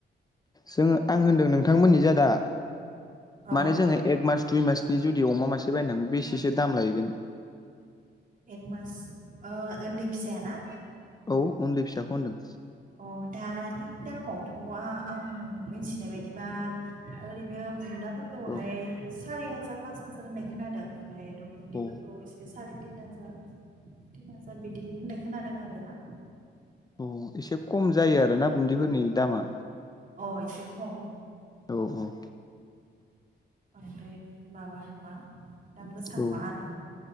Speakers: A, on the left; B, on the right.
A: जोङो आं होन्दों नों नोंथांमोननि जादा
B: औ
A: माने जोङो एक मास दुइ मासनि जुदि अमा मासे ए बायनानै बेसेसो दाम लायैगोन?
B: एक मास ओ उन्दै फिसायाना?
A: औ उन्दै फिसाखौ होनदों।
B: अ दानि दामावथ' आं मिथिनाय बायदिबा ओरैनो बुन्दा फोरखौहाय
A: औ
B: सारि हाजार फास हाजार होननाय खोनादों ओमफ्रायायथ' गुन्ददिफोरखौ
A: औ
B: एसे बे साराय तिन हाजार तिन हाजार बिदि होननाय खोनादों आर ना।
A: अ एसे खम जायो आरो ना बुदिफोरनि दामा।
B: अ एसे खम
A: औ औ
B: ओमफ्राय माबा नङा। दाम गोसा
A: औ
B: नङा आरो।